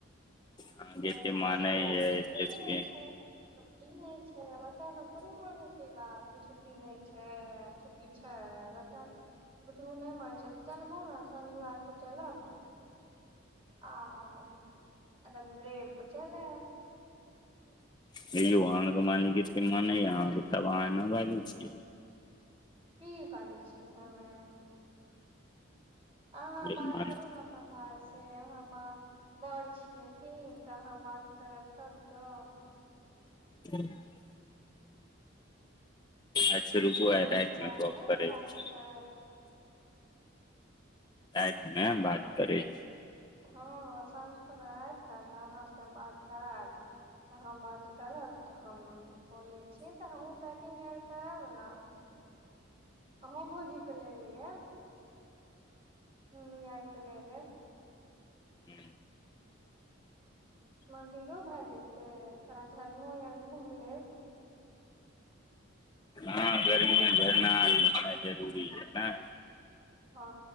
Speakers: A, on the left (about 20°); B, on the right (about 25°).
A: अहाँके
B: ते
A: एते
B: स
A: मानै यै
B: छुट्टी
A: एते
B: नहि
A: प्रेम
B: छै की नहि छै बच्चा सब थोड़े मानै छै बाप छुट्टी नहि छै आ छुट्टी छै बच्चा बुतरू नहि मानै छै तऽ चलबौ ने शनिवारके चलब आ रबि क चलब
A: हेयो अहाँके मालिक मानेय नहि य अहाँके तब अहाँ नहि बाजै छियै
B: की बाजै छी हमे अहाँ
A: मालिक
B: बात
A: मानै
B: करू ने अपन भाय से अहाँ बात बड़ छियथिन तऽ अहाँ बात करब तब तऽ
A: <unintelligible> अच्छ रुकु
B: अहाँके
A: आय रातिमे
B: बात
A: गप
B: नहि ने
A: करै
B: काटतै
A: छी रातिमे बात करै अछि
B: हँ साँझ खुना आयत ने तऽ अहाँसँ बात कराब अहाँ बात करब तऽ हम बोलै छिय तऽ हमहूँ पैकिंग आर करब ने अहूँ भोजीके ले लिआयब मम्मी आओर क लेलेब
A: हु
B: मन्दिरो भए जेयतै थोड़ा झरनो आर घूमि लेब
A: हँ गर्मीमे झरना आर घुमनाह जरूरी ने
B: हँ